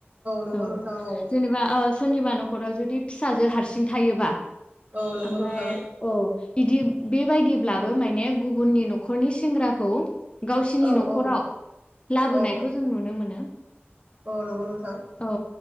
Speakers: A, on the right; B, on the left.
A: नंगौ
B: औ
A: नोंथां औ
B: जेनेबा। सोरनिबा नखराव जुदि फिसाजो हारसिं थायोबा
A: औ नंगौ
B: ओमफाय
A: नोंथां
B: औ। बिदि बेबायदिब्लाबो माने गुबुननि नखरनि सेंग्राखौ। गावसिनि
A: औ
B: नखराव
A: औ
B: लाबोनायखौ
A: औ
B: जों नुनो मोनो।
A: औ नंगौ नोंथां।
B: औ